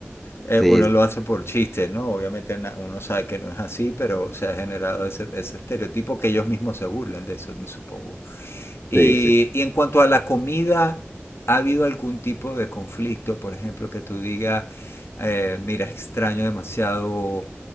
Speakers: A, on the left (about 70°); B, in the centre.
A: eh,
B: Sí,
A: uno lo hace por chiste, ¿no? Obviamente na- uno sabe que no es así, pero se ha generado ese, ese estereotipo que ellos mismos se burlan de eso, me supongo. Y,
B: sí, sí.
A: y en cuanto a la comida, ¿ha habido algún tipo de conflicto? Por ejemplo, que tú digas, eh, mira, extraño demasiado